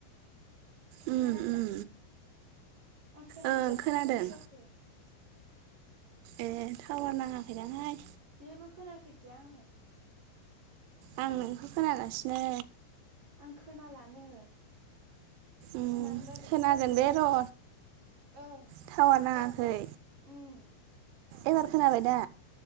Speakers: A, on the right; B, on the right.
A: उम
B: खोनादों
A: उम
B: आं खोनादिया
A: ओं खोनादों
B: हाय बोरै जाखो?
A: ए टावार नाङाखैदांहाय।
B: जेबो खोनाफैदिया आङो।
A: आं नोंखौ खोनागासिनो।
B: आं खोनालानो।
A: उम
B: मानोबा बिदि
A: खानागोन
B: जाखो
A: बे र'
B: ओं
A: टावा नाङाखै।
B: उम।
A: एबार खोनाबाय दा?